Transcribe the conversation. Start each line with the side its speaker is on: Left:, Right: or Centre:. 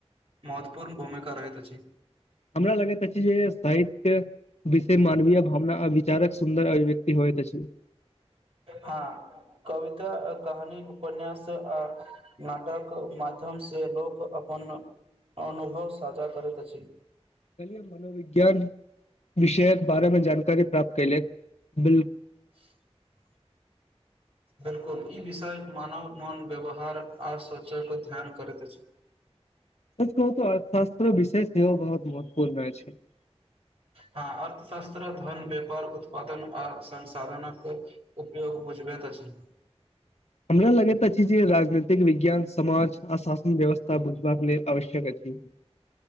Right: महत्वपूर्ण भूमिका रहैत अछि। <unintelligible>
Left: हमरा लगैत अछि जे साहित्य। <unintelligible> विष मानवीय भावना अविचारक सुन्दर अभिव्यक्त होइ त छै। <unintelligible>
Right: हँ कहानी उपन्यास आ नाटक माध्यमसँ लोक अपन -अनुभव साझा करैत अछि। <unintelligible>
Left: कल मनोविज्ञान विषय कअ बारेमे जानकारी प्राप्त कल ब।
Right: <inaudible> बिल्कुल ई विषय मानव मन व्यवहार आर सोचयके ध्यान करैत अछि। <unintelligible>
Left: कह अर्थशास्त्र विषय सेहो बहुत महत्वपूर्ण अछि। <unintelligible>
Right: हँ अर्थशास्त्र धन व्यापार उत्पादन आ संसाधनक उपयोग बुझबैत अछि। <unintelligible>
Left: हमरा लगैत अछि जे राजनीतिक विज्ञान समाज आ शासन व्यवस्था बुझबाक लेल आवश्यक अछि। <unintelligible>